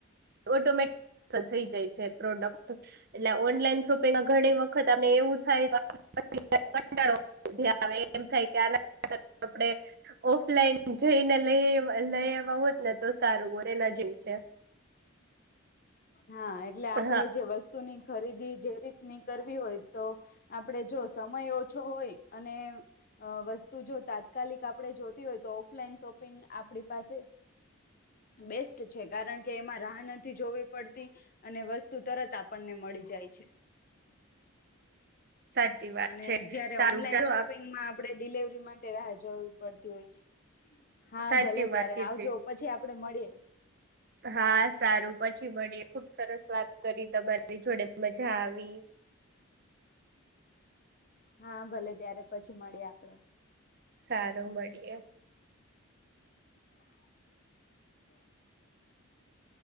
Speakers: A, on the right; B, on the left.
A: ઓટોમેટ- થઈ જાય છે પ્રોડક્ટ એટલે ઓનલાઈન શોપિંગ ઘણી વખત આપને એવું થાય પછી કંટળો ઉભ આવે એમ થાય કે આ આપડણે ઓફલાઈન જઈને લઈ લઈ એવા હોત ને તો સારું હો એના જેવ છે
B: હા એટલે આપડે
A: હા
B: જે વસ્તુની ખરીદી જે રીતની કરવી હોય તો આપડે જો સમય ઓછો હોય અને વસ્તુ જો તાત્કાલિક આપણે જોતી હોય તો ઓફલાઈન શોપિંગ આપણી પાસે બેસ્ટ છે કારણ કે કે એમાં રાહ નથી જોવી પડતી અને વસ્તુ તરત આપણને મળી જાય છે.
A: <inaudible> સાચી વાત
B: અને
A: છે
B: જયારે
A: સારું
B: ઓનલાઈન
A: ચાલો
B: શોપિંગમાં આપડે ડિલવરી મા ટે રા જોવી પડતી હોય હા
A: સાચી
B: ભલે
A: વાત
B: ત્યારે
A: કીધી
B: આવજો પછી આપ આપડે મળીએ.
A: હા, સારું પછી મળી ખુબ સરસ વાત કરી તમારી જોડે મજા આવી.
B: હા ભલે ત્યારે પછી મળી આપડે.
A: સારું મળીએ
B: <inaudible>